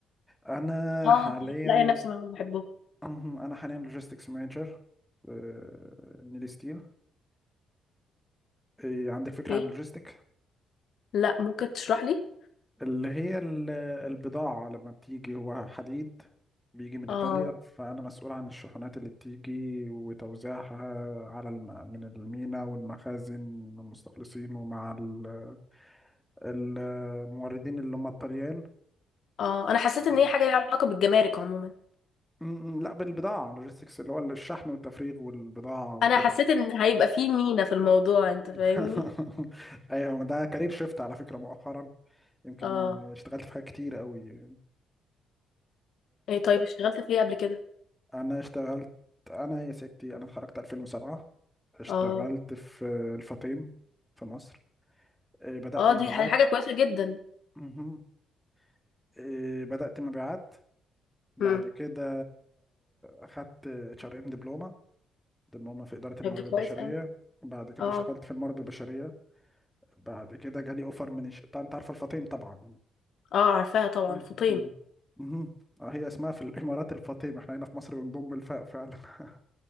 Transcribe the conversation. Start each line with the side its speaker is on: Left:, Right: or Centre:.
Centre: انا
Left: اه
Centre: حاليا
Left: لاقي نفسي معاهم بحبهم
Centre: مهم. انا حاليا لوجيستكس مانجر في نيلي ستيل إيه عندك فكره
Left: اوكي
Centre: عن اللوجيستكس
Left: لا ممكن تشرح لي
Centre: اللي هي ال- البضاعة لما بتيجي هو حديد بيجي من
Left: اه
Centre: إيطاليا فأنا مسؤول عن الشحنات اللي بتيجي وتوزيعها على الم... من المينا والمخازن المستخلصين ومع ال- الموردين اللي هم الطليان
Left: اه انا حسيت
Centre: و...
Left: ان هي حاجه ليها علاقه بالجمارك عموما
Centre: م- م- لا بالبضاعة لوجيستكس اللي هو الشحن والتفريغ والبضاعة وكده
Left: انا حسيت ان هيبقى في مينا في الموضوع انت فاهمني
Centre: <laughs> أيوة ده كارير شيفت على فكرة مؤخرا يمكن
Left: اه
Centre: اشتغلت في حاجات كتير قوي
Left: ايه طيب اشتغلت في ايه قبل كده
Centre: انا اشتغلت انا يا ستي انا اتخرجت 2007 اشتغلت
Left: اه
Centre: في الفطيم في مصر إيه، بدأت
Left: اه
Centre: مبيعات
Left: دي ح- حاجه كويسه جدا
Centre: مهم. إيه، بدأت مبيعات بعد
Left: امم
Centre: كده اخدت اتش ار ام دبلومه دبلومه في اداره الموارد
Left: طيب دي كويس
Centre: البشريه
Left: قوي
Centre: بعد كده
Left: اه
Centre: اشتغلت في الموارد البشريه بعد كده جالي اوفر من ش... انت عارفه الفطيم طبعا
Left: اه عارفاها طبعا
Centre: آه،
Left: فطيم
Centre: مم. مهم. آه، هي اسمها في الامارات الفطيم احنا هنا في مصر بنضم الفاء فعلا <laughs>